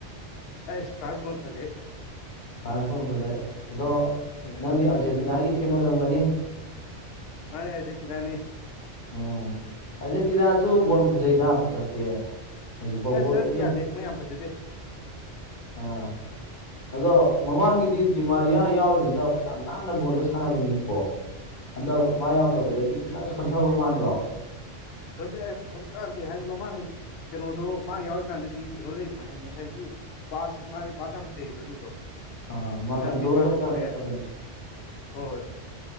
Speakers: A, on the left; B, on the left.
A: ꯑꯩꯁ ꯐ꯭ꯔꯥꯟꯁ ꯕꯣꯟ ꯐꯖꯩ
B: ꯐ꯭ꯔꯥꯟꯁ ꯐꯣꯟ ꯐꯖꯩ ꯑꯗꯣ
A: ꯎꯝ
B: ꯅꯪꯗꯤ ꯑꯥꯔꯖꯦꯟꯇꯤꯅꯥꯒꯤ ꯐꯦꯟ ꯑꯣꯏꯔꯝꯒꯅꯤ
A: ꯃꯥꯅꯦ ꯑꯥꯔꯖꯦꯟꯇꯤꯅꯥꯅꯦ
B: ꯎꯝ ꯑꯥꯔꯖꯦꯟꯇꯤꯅꯥꯖꯨ ꯕꯣꯟ ꯐꯖꯩꯗ ꯐꯖꯕꯗꯤ ꯍꯧꯖꯤꯛ ꯐꯥꯎꯕ
A: ꯑꯁ ꯍꯟꯗꯛꯇꯤ
B: ꯀꯔꯤꯝꯇ
A: ꯌꯥꯗꯦ ꯃꯣꯏ ꯌꯥꯝ ꯐꯖꯗꯦ
B: ꯑꯥ ꯑꯗꯣ ꯃꯃꯥꯡꯒꯤꯗꯤ ꯗꯤꯃꯥꯔꯤꯌꯥ ꯌꯥꯎꯔꯤꯉꯩꯗ ꯌꯥꯝ ꯅꯥꯟꯅ ꯕꯣꯜꯗꯣ ꯁꯥꯟꯅꯕꯅꯦꯕꯀꯣ ꯍꯟꯗꯛ
A: ꯍꯣꯏ
B: ꯃꯥ ꯌꯥꯎꯔꯛꯇꯕꯗꯒꯤ ꯈꯤꯇꯪ ꯁꯣꯟꯊꯕ ꯃꯥꯟꯗ꯭ꯔꯣ
A: ꯁꯣꯟꯗꯩꯑꯩ ꯈꯖꯤꯛ ꯈꯔꯥꯛ ꯅꯠꯇꯦ ꯍꯥꯏꯖꯦ ꯃꯃꯥꯡꯒꯤ ꯀꯩꯅꯣꯗꯣ ꯃꯥ ꯌꯥꯎꯔꯤꯀꯥꯟꯗꯗꯤ ꯀꯩꯅꯣ ꯂꯩꯗꯅ ꯍꯥꯏꯗꯤ ꯉꯁꯥꯏꯒꯤ ꯄꯥꯁ ꯃꯥꯒꯤ ꯄꯥꯁ ꯌꯥꯝ ꯐꯖꯩꯑꯕ ꯑꯗꯨꯗꯣ
B: ꯑꯥ ꯃꯥ
A: ꯑ ꯍꯟꯗꯛꯇꯤ
B: ꯀꯟꯇ꯭ꯔꯣꯜ
A: ꯃꯥꯖꯨ
B: ꯇꯧꯕ
A: ꯇꯣꯛꯑꯦ
B: ꯌꯥꯝ ꯐꯖꯕꯅꯦ
A: ꯍꯣꯏ